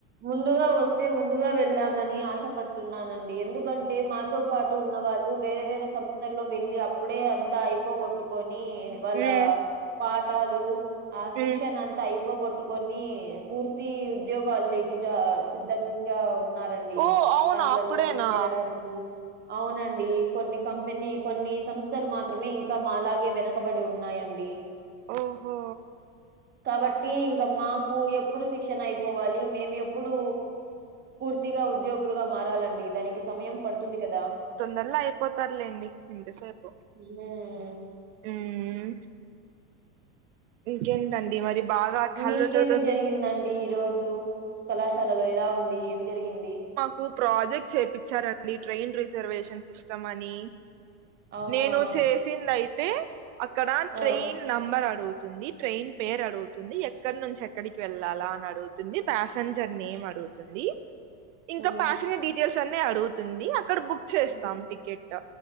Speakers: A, on the right; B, on the right.
A: ముందుగా వస్తే ముందుగా వెళ్దామని ఆశపడుతున్నానండి ఎందుకంటే మా తో పాటు ఉన్న వాళ్ళు వేరే వేరే సంస్థల్లో వెళ్ళలి అప్పుడే అంతా అయిపోగొట్టుకొని వాళ్ళ
B: మ్మ్
A: పాఠాలు ఆ శిక్షణ
B: మ్మ్
A: అంతా అయిప్ పోగోట్టుకొని పూర్తి ఉద్యోగాల్ లేకి ఆ సిద్ధంగా ఉన్నారండి
B: ఓ అవునా
A: దాంట్లలో
B: అప్పుడేనా
A: చేరడానికి అవునండి కొన్ని కంపెనీ కొన్ని సంస్థలు మాత్రమే ఇంకా మాలాగే వెనకబడి ఉన్నాయండి
B: ఓహో
A: కాబట్టి ఇంకా మాకు ఎప్పుడు శిక్షణ అయిపోవాలి మేము ఎప్ ప్పుడు పూర్తిగా ఉద్యోగులుగా మారాలండి దానికి సమయం పడుతుంది కదా
B: తొందర్లో అయిపోతారులేండి ఎంతసేపు
A: హ్మ్.
B: మ్ ఇంకేంటండి మరి బాగా చాలా
A: మీకేం
B: రోజుల
A: జరిగిందండి
B: మిస్
A: ఈ రోజు కళాశాలలో ఎలా ఉంది ఏం జరిగింది
B: కు ప్రాజెక్ట్ చేయిించారండి ట్రైన్ రిజర్వేషన్ సిస్టమ్ అని
A: అవునా!
B: నేను చేసింది అయితే అక్కడ
A: ఆ!
B: ట్రైన్ నంబర్ అడుగుతుంది ట్రైన్ పేరు అడుగుతుంది ఎక్కడి నుంచి ఎక్కడికి వెళ్ళాల అని అడుగుతుంది ప్యస్ సెంజర్ నేమ్ అడుగుతుంది ఇంకా
A: హ్మ్.
B: ప్యాసెంజర్ డీటెయిల్స్ అన్ని అడుగుతుంది అక్కడ బుక్ చేస్తాం
A: హ్మ్.
B: టికెట్